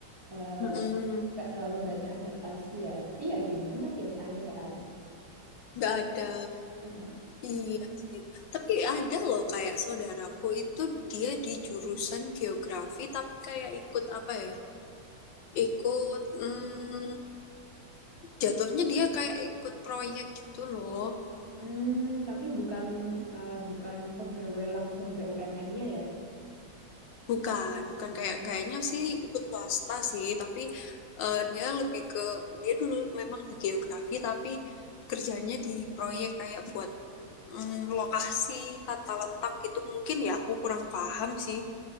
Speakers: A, on the right; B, on the left.
A: eh,
B: Mm-mm.
A: nggak terlalu banyak adaptasi ya tapi ya gimana pilihannya nggak ada
B: nggak ada.
A: Mm-mm.
B: Iya sih. Tapi ada loh kayak saudaraku itu dia di jurusan geografi tapi kayak ikut apa ya? Ikut mm, jatuhnya dia kayak ikut proyek gitu loh.
A: Hmm, tapi bukan eh, bukan pegawai langsung BUMN-nya ya.
B: Bukan, bukan
A: Iya,
B: kayak
A: memang
B: kayaknya sih ikut swasta sih, tapi eh, dia lebih ke dia dulu memang di geografi tapi kerjanya di proyek kayak buat mm, lokasi tata letak gitu mungkin ya aku kurang paham sih.